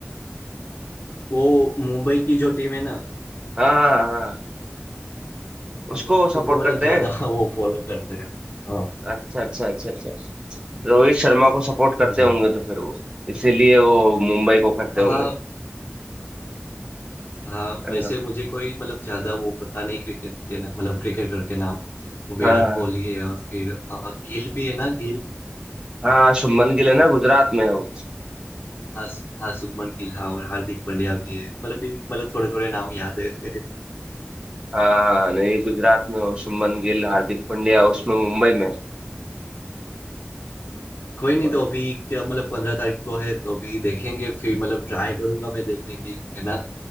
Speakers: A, on the left; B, on the right.
A: वो मुंबई की जो टीम है ना
B: हाँ हाँ हाँ हाँ,
A: हाँ,
B: उसको
A: बस उसी
B: सपोर्ट
A: को मतलब
B: करते
A: ज्यादा
B: हैं
A: <laughs> वो फॉलो करते हैं हाँ
B: अच्छा अच्छा अच्छा अच्छा रोहित शर्मा को सपोर्ट करते
A: हम्म,
B: होंगे तो फिर वो इसीलिए वो मुंबई को करते
A: हाँ
B: होंगे
A: हाँ
B: हाँ
A: वैसे मुझे कोई मतलब ज्यादा वो पता नहीं क्रिकेट के ना मतलब क्रिकेटर के नाम विराट
B: हाँ
A: कोहली है और फिर अ, गिल भी है ना गिल
B: हाँ हाँ, शुभमन गिल है ना गुजरात में हो
A: हाँ सु- हाँ शुभमन गिल हाँ और हार्दिक पांड्या भी है मतलब इन- मतलब थोड़े थोड़े नाम याद है <laughs>
B: हाँ नहीं गुजरात में हो शुभमन गिल हार्दिक पांड्या उसमें मुंबई में
A: हम्म, कोई नहीं
B: है।
A: तो अभी क्या मतलब पंद्रह तारीख को है तो अभी देखेंगे फिर मतलब ट्राई करूंगा मैं देखने की है ना